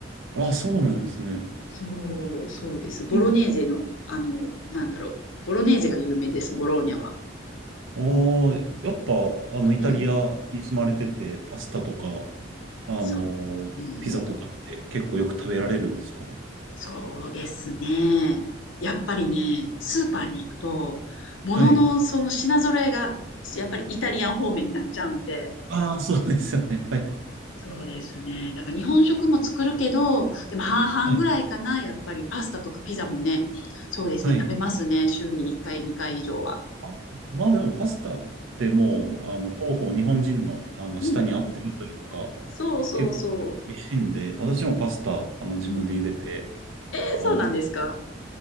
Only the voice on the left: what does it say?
そう、そうです。ボロネーゼの、
あの、なんだろう、ボロネーゼが有名です、ボローニャは。
うん、うん、
そう、
うん、うん。そうですね。やっぱりね、スーパーに行くと、もののその品揃えが、
やっぱりイタリアン方面になっちゃうんで、
そうですね。だから日本食も作るけど、でも半々ぐらいかな、
やっぱりパスタとかピザもね、そうですね、
食べますね、週に1回、2回以上は。
うん、
うん、
うん。そうそうそ
う。うん。えー、そうなんですか。